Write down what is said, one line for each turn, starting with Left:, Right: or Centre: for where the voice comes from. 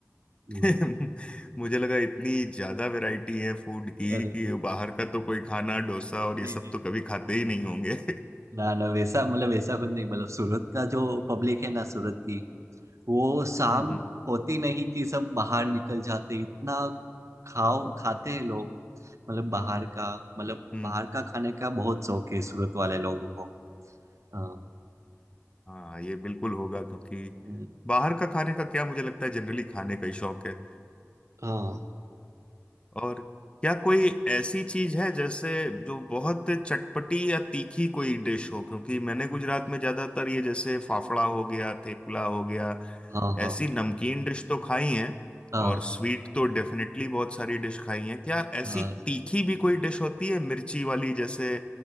Right: हम्म,
Left: <laughs> मुझे लगा इतनी ज्यादा वैरायटी है फूड की
Right: अरे
Left: कि बाहर का तो कोई खाना डोसा और ये
Right: नहीं
Left: सब
Right: नहीं
Left: तो कभी खाते ही नहीं होंगे <laughs>
Right: ना ना वैसा मतलब वैसा कुछ नहीं मतलब सूरत का जो पब्लिक है ना सूरत की वो शाम
Left: हम्म हम्म
Right: होती नहीं कि सब बाहर निकल जाते इतना खाओ खाते हैं लोग मतलब बाहर का मतलब
Left: हम्म।
Right: बाहर का खाने का बहुत शौक है सूरत वाले लोगों को हाँ।
Left: हाँ ये बिल्कुल होगा क्योंकि
Right: हम्म,
Left: बाहर का खाने का क्या मुझे लगता है जनरली खाने का ही शौक है
Right: हाँ
Left: और क्या कोई ऐसी चीज है जैसे जो बहुत चटपटी या तीखी कोई डिश हो क्योंकि मैंने गुजरात में ज्यादातर ये जैसे फाफड़ा हो गया थेपला हो गया
Right: हाँ हाँ
Left: ऐसी नमकीन डिश तो खाई हैं
Right: हाँ
Left: और स्वीट तो डेफिनेटली बहुत सारी डिश खाई हैं क्या ऐसी
Right: हाँ
Left: तीखी भी कोई डिश होती है मिर्ची वाली जैसे